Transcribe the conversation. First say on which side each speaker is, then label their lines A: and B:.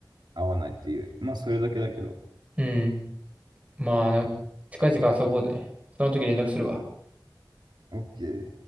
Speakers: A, on the right (about 70°); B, on the right (about 15°).
A: 会わないっていう。まあそれだけだけど。
B: うん。まあな、近々遊ぼうぜ。その時連絡するわ。
A: OK。